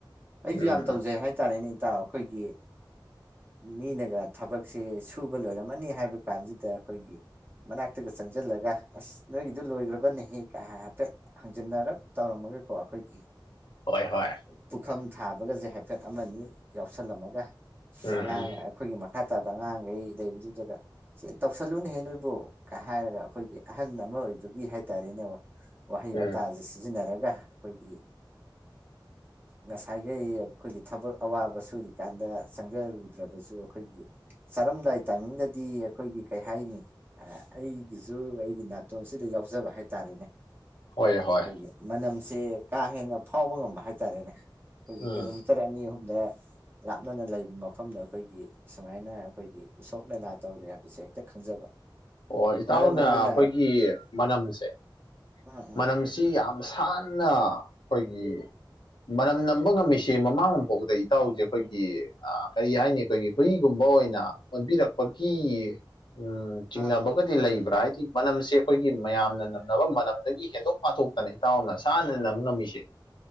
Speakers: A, on the right; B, on the left.
A: ꯑꯩꯁꯨ
B: ꯎꯝ
A: ꯌꯥꯝ ꯇꯧꯖꯩ
B: ꯎꯝ
A: ꯍꯥꯏꯇꯥꯔꯦꯅꯦ ꯏꯇ ꯑꯩꯈꯣꯏꯒꯤ ꯃꯤꯅꯒ ꯊꯕꯛꯁꯦ ꯁꯨꯕ ꯂꯣꯏꯔꯝꯃꯅꯤ ꯍꯥꯏꯕ ꯀꯥꯟꯁꯤꯗ ꯑꯩꯈꯣꯏꯒꯤ ꯃꯅꯥꯛꯇꯒ ꯆꯪꯁꯤꯜꯂꯒ ꯑꯁ ꯅꯣꯏꯒꯤꯗꯨ ꯂꯣꯏꯈ꯭ꯔꯕꯅꯍꯦ ꯀꯥ ꯍꯥꯏꯐꯦꯠ ꯍꯪꯖꯤꯟꯅꯔꯞ ꯇꯧꯔꯝꯃꯒꯦꯀꯣ ꯑꯩꯈꯣꯏꯒꯤ
B: ꯍꯣꯏ ꯍꯣꯏ
A: ꯄꯨꯈꯝ ꯊꯥꯕꯒꯁꯦ ꯍꯥꯏꯐꯦꯠ ꯑꯃꯅꯤ ꯌꯥꯎꯁꯜꯂꯝꯃꯒ
B: ꯎꯝ
A: ꯆꯉꯥꯡ
B: ꯎꯝ
A: ꯑꯩꯈꯣꯏꯒꯤ ꯃꯈꯥ ꯇꯥꯕ ꯑꯉꯥꯡꯈꯩ ꯂꯩꯕꯗꯨꯗꯒ ꯁꯤ ꯇꯧꯁꯜꯂꯨꯅꯍꯦ ꯅꯣꯏꯕꯨꯣ ꯀ ꯍꯥꯏꯔꯒ ꯑꯩꯈꯣꯏꯒꯤ ꯑꯍꯟ ꯑꯃ ꯑꯣꯏꯕꯒꯤ ꯍꯥꯏꯇꯥꯔꯦꯅꯦꯕ ꯋꯥꯍꯩ
B: ꯎꯝ
A: ꯋꯥꯇꯥꯁꯦ ꯁꯤꯖꯤꯟꯅꯔꯒ ꯑꯩꯈꯣꯏꯒꯤ ꯉꯁꯥꯏꯈꯩ ꯑꯩꯈꯣꯏꯒꯤ ꯊꯕꯛ ꯑꯋꯥꯕ ꯁꯨꯔꯤꯀꯥꯟꯗ ꯆꯪꯖꯔꯨꯗ꯭ꯔꯕꯁꯨ ꯑꯩꯈꯣꯏꯒꯤ ꯆꯠꯔꯝꯗꯥꯏ ꯇꯥꯏꯃꯤꯡꯗꯗꯤ ꯑꯩꯈꯣꯏꯒꯤ ꯀꯩ ꯍꯥꯏꯅꯤ ꯑꯩꯒꯤ ꯖꯨ ꯑꯩꯒꯤ ꯅꯥꯇꯣꯟꯁꯤꯗ ꯌꯥꯎꯖꯕ ꯍꯥꯏꯇꯥꯔꯦꯅꯦ
B: ꯍꯣꯏ ꯍꯣꯏ
A: ꯑꯩꯈꯣꯏꯒꯤ ꯃꯅꯝꯁꯦ ꯀꯥ ꯍꯦꯟꯅ ꯐꯥꯎꯕ ꯉꯝꯕ ꯍꯥꯏꯇꯥꯔꯦꯅꯦ ꯑꯩꯈꯣꯏꯒꯤ
B: ꯎꯝ
A: ꯀꯤꯂꯣꯃꯤꯇꯔ ꯑꯅꯤ ꯑꯍꯨꯝꯗ ꯂꯥꯞꯅꯅ ꯂꯩꯕ ꯃꯐꯝꯗ ꯑꯩꯈꯣꯏꯒꯤ ꯁꯨꯃꯥꯏꯅ ꯑꯩꯈꯣꯏꯒꯤ ꯎꯁꯣꯛꯞ ꯂꯤꯂꯥ ꯇꯧꯔꯦ ꯍꯥꯏꯕꯁꯦ ꯍꯦꯛꯇ ꯈꯪꯖꯕ
B: ꯑꯣ ꯏꯇꯥꯎꯅ
A: ꯃꯔꯝ ꯑꯗꯨꯅ
B: ꯑꯩꯈꯣꯏꯒꯤ ꯃꯅꯝꯁꯦ
A: ꯎꯝ
B: ꯃꯅꯝꯁꯤ
A: ꯎꯝ
B: ꯌꯥꯝ ꯁꯥꯟꯅ ꯑꯩꯈꯣꯏꯒꯤ ꯃꯅꯝ ꯅꯝꯕ ꯉꯝꯃꯤꯁꯦ ꯃꯃꯥꯡ ꯐꯥꯎꯕꯗ ꯏꯇꯥꯎꯁꯦ ꯑꯩꯈꯣꯏꯒꯤ ꯀꯔꯤ ꯍꯥꯏꯅꯤ ꯑꯩꯈꯣꯏꯒꯤ ꯐꯨꯔꯤꯒꯨꯝꯕ ꯑꯣꯏꯅ ꯑꯣꯟꯕꯤꯔꯛꯄꯒꯤ ꯎ ꯆꯤꯡꯅꯕꯒꯗꯤ
A: ꯑꯥ
B: ꯂꯩꯕ꯭ꯔꯥ ꯍꯥꯏꯗꯤ ꯃꯅꯝꯁꯦ ꯑꯩꯈꯣꯏꯒꯤ ꯃꯌꯥꯝꯅ ꯅꯝꯅꯕ ꯃꯅꯝ ꯗꯒꯤ ꯍꯦꯟꯗꯣꯛ ꯄꯥꯊꯣꯛꯇꯅ ꯏꯇꯥꯎꯅ ꯁꯥꯟꯅꯅꯕꯝ ꯉꯝꯃꯤꯁꯦ